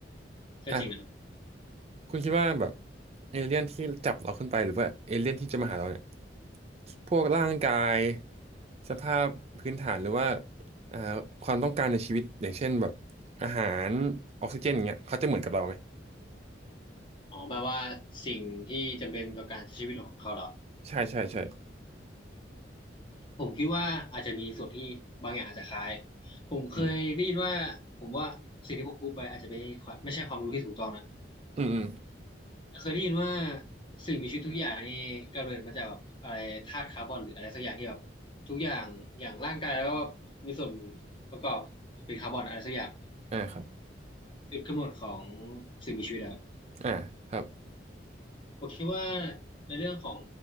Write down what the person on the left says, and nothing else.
ก็จริงนะครับ
อ๋อแปลว่าสิ่งที่จำเป็นต่อการใช้ชีวิตของเขาเหรอ
ผมคิดว่าอาจจะมีส่วนที่บางอย่างอาจจะคล้ายผมเคยได้ยินว่าผมว่าสิ่งที่ผมพูดไปอาจจะไม่ค่อยไม่ใช่ความรู้ที่ถูกต้องนะ
เคยได้ยินว่าสิ่งมีชีวิตทุกอย่างนี่กำเนิดมาจากแบบอะไรธาตุคาร์บอนหรืออะไรสักอย่างที่แบบทุกอย่างอย่างร่างกายแล้วก็มีส่วนประกอบเป็นคาร์บอนอะไรสักอย่าง
จุดกำเนิดของสิ่งมีชีวิตอะครับ
ผมคิดว่าในเรื่องของ